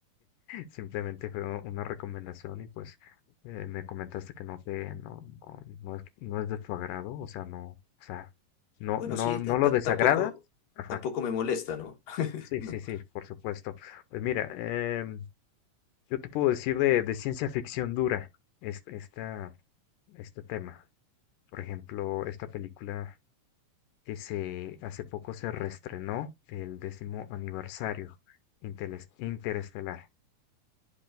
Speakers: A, on the left; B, on the left.
A: Simplemente fue u- una recomendación y pues eh, me comentaste que no te, no, no, no es, no es de tu agrado, o sea, no, o sea, no,
B: Bueno,
A: no,
B: sí,
A: no
B: ta-
A: lo
B: ta-
A: desagradas.
B: tampoco,
A: Ajá,
B: tampoco me molesta, ¿no? <laughs>
A: sí,
B: No.
A: sí, sí, por supuesto. Pues mira, em, yo te puedo decir de, de ciencia ficción dura este, esta, este tema. Por ejemplo, esta película que se, hace poco se reestrenó el décimo aniversario, Inteles- Interestelar.